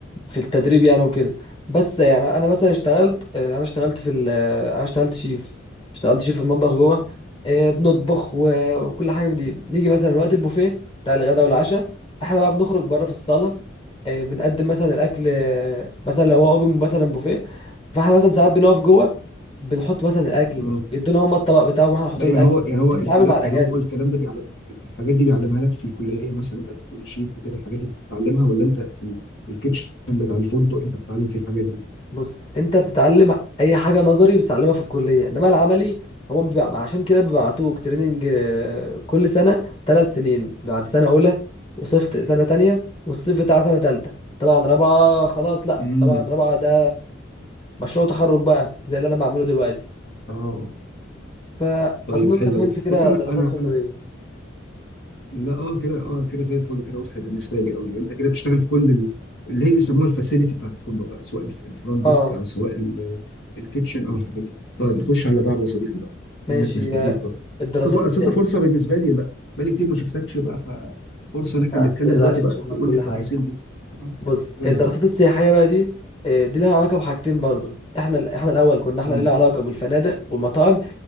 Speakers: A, on the left; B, on the left.
A: في التدريب يعني وكده بس يعني انا مثلا اشتغلت آه، انا اشتغلت في ال- آه، انا اشتغلت شيف اشتغلت شيف في المطبخ جوه آه، بنطبخ و- وكل حاجه من دي نيجي مثلا وقت البوفيه بتاع الغداء والعشاء احنا بقى بنخرج بره في الصاله آه، بنقدم مثلا الاكل آه، مثلا لو هو اوبن مثلا بوفيه فاحنا مثلا ساعات بنقف جوه بنحط مثلا الاكل
B: <clears throat>
A: يدونا هم الطبق بتاعهم واحنا نحط
B: لا
A: لهم
B: يعني
A: الاكل
B: هو يعني هو
A: بنتعامل
B: الكلام
A: مع الاجانب
B: يعني هو الكلام ده بيعلم الحاجات دي بيعلمها لك في الكليه مثلا انت بتكون شيف وكده الحاجات دي بتتعلمها ولا انت في ال- في الكيتشن بتاع الفندق انت بتتعلم فيه الحاجات دي
A: بص انت بتتعلم اي حاجه نظري بتتعلمها في الكليه انما العملي هو بيبقى عشان كده بيبعتوك تريننج آه، كل سنه ثلاث سنين بعد سنه اولى وصيف ت- سنه تانية والصيف بتاع سنه تالتة طبعا رابعه خلاص لا
B: امم
A: طبعا رابعه ده مشروع تخرج بقى زي اللي انا بعمله دلوقتي
B: اه
A: فاظن
B: طيب
A: انت
B: حلو
A: فهمت
B: قوي
A: كده
B: بص انا
A: دراسات
B: انا
A: فندقيه
B: انا لا اه كده اه كده زي الفل كده واضح بالنسبه لي قوي يعني انت كده بتشتغل في كل ال- اللي هي بيسموها الفاسيلتي بتاعت الفندق بقى سواء الف- الفرونت
A: اه
B: ديسك او سواء ال- الكيتشن او الحاجات دي طيب نخش على اللي بعده يا صديقي بقى
A: ماشي
B: منك نستفيد
A: آه،
B: برضه
A: الدراسات
B: بس أنت- أصل
A: السياسيه
B: أنت فرصه بالنسبه لي بقى بقالي كتير ما شفتكش بقى ففرصه ان احنا
A: ما
B: بنتكلم
A: تقلقش
B: دلوقتي بقى
A: هشرح لك
B: تقول
A: كل
B: لي التفاصيل
A: حاجه
B: دي تمام
A: بص
B: قول
A: الدراسات
B: لي يا حبيبي
A: السياحيه بقى دي آه، دي لها علاقه بحاجتين برضو احنا احنا الاول كنا احنا
B: قول
A: لنا
B: لي
A: علاقه بالفنادق والمطاعم